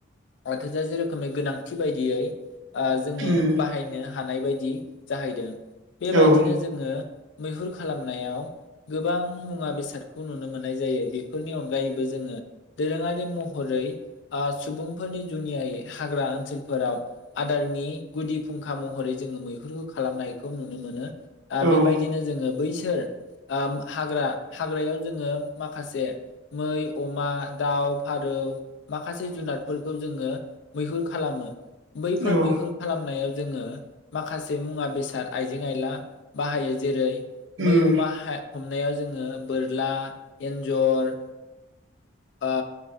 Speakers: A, on the left (about 65°); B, on the right (about 80°).
A: ओ थोजासे रोखोमै गोनां थि बायदियै ओ जोङो
B: उम
A: बाहायनो थानाय बायदि जाहैदों। बेबायदिनो
B: औ ओं
A: जोङो मैहुर खालामनायाव गोबां मुवा बेसादखौ नुनो मोननाय जायो बे फोरनि अनगायैबो जोङो बदोरों गानि महरै ओ सुबुंफोरनि जुनियै हाग्रा ओन ओनसोलफोराव आदारनि गुदि फुंखा महरै जोङो मैहुरखौ खालामनायखौ नुनो मोनो। ओ
B: औ
A: बेबायदिनो जोङो बैस थो ओ हाग्रा हाग्रायाव जोङो माखासे मै अमा दाउ फारौ माखासे जुनारफोरखौ जोङो मैहुर खालामो। बैफोर
B: औ
A: मैहुर खालामनायाव जोङो माखासे मुवा बेसाद आइजें आयला बाहायो जेरै मै
B: उम
A: अमा हमनायाव जोङो बोरला, एन्जर ओ